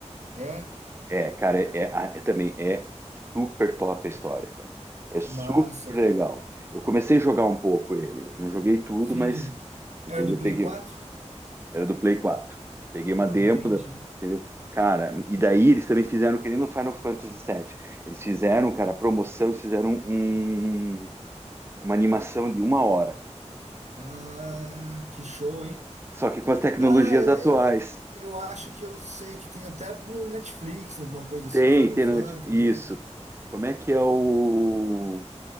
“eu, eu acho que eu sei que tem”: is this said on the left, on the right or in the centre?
Right